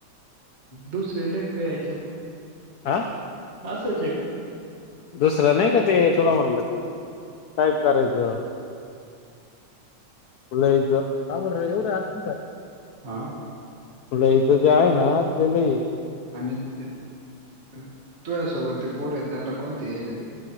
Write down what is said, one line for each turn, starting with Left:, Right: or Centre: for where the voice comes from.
Right: दुसरे नाही क यायच्यात,
Left: आह!
Right: असयच आहे का?
Left: दुसर नाही का ते तुला म्हणलं ते काय करायचं. अचब एवे आ <unintelligible>
Right: ह.
Left: ल हचं जे आहे ना ते ल
Right: आणि तु या्यासोबत ते पोर आहे त्यांना कोणते येले.